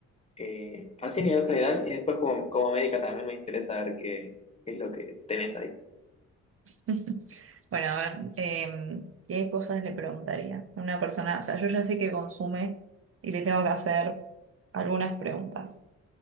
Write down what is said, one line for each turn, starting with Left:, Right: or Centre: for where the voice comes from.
Left: eh, así a nivel general, y después como, como médica también me interesa ver qué, qué es lo que tenés ahí.
Right: <laughs> Bueno, a ver, em, ¿qué cosas le preguntaría a una persona? O sea, yo ya sé que consume y le tengo que hacer algunas preguntas.